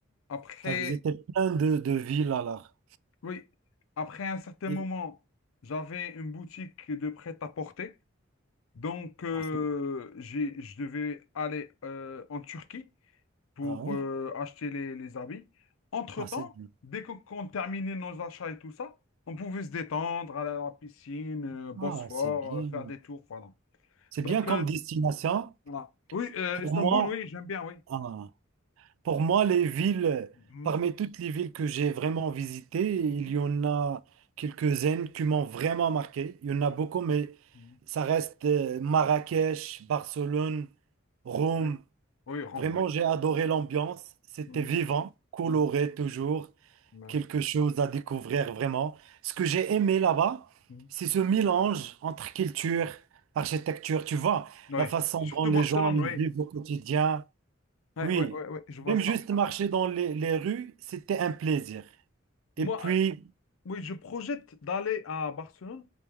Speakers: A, on the left (about 80°); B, on the right (about 75°).
A: Après,
B: tu as visité plein de, de villes alors.
A: oui, après un certain
B: Et-
A: moment, j'avais une boutique de prêt-à-porter. Donc, euh,
B: ah, c'est-
A: j'ai- je devais aller euh, en Turquie pour
B: ah ouais?
A: euh, acheter les, les habits. Entre-temps,
B: Ah, c'est bien.
A: dès qu'on qu'on terminait nos achats et tout ça, on pouvait se détendre, aller à la piscine, euh, Bosphore,
B: Ah, c'est bien.
A: euh, faire des tours, voilà.
B: C'est bien
A: Donc,
B: comme
A: euh,
B: destination.
A: voilà. Oui, euh,
B: Pour
A: Istanbul,
B: moi,
A: oui, j'aime bien, oui.
B: ah, Pour moi, les villes,
A: Mhm,
B: parmi toutes les villes que j'ai vraiment visitées,
A: mhm,
B: il y en a quelques-unes qui m'ont vraiment marqué. Il y en a
A: mhm,
B: beaucoup, mais
A: mhm,
B: ça reste euh, Marrakech, Barcelone, Rome.
A: Oui, oui, Rome,
B: Vraiment,
A: oui.
B: j'ai adoré l'ambiance. C'était
A: Mhm,
B: vivant, coloré
A: mhm,
B: toujours,
A: ouais,
B: quelque chose à découvrir vraiment. Ce que j'ai aimé là-bas,
A: mhm.
B: c'est ce mélange entre culture, architecture, tu vois,
A: Oui,
B: la façon
A: surtout
B: dont les
A: Barcelone,
B: gens ils
A: oui.
B: vivent au quotidien.
A: Ouais,
B: Oui,
A: ouais, ouais, ouais, je vois
B: même
A: ça.
B: juste marcher dans les, les rues, c'était un plaisir.
A: Moi,
B: Et puis,
A: Oui, je projette d'aller à Barcelone,